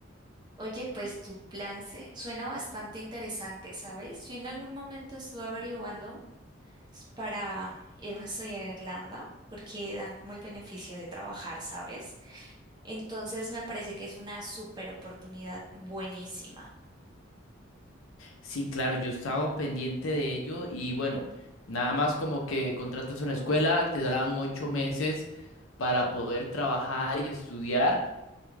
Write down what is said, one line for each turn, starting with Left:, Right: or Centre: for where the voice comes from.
Right: Oye, pues tu plan se suena bastante interesante, ¿sabes? Yo en algún momento estuve averiguando s- para irme a estudiar a Irlanda porque dan como el beneficio de trabajar, ¿sabes? Entonces me parece que es una súper oportunidad buenísima.
Left: Sí, claro, yo he estado pendiente de ello y bueno, nada más como que contratas una escuela, te dan ocho meses para poder trabajar y estudiar.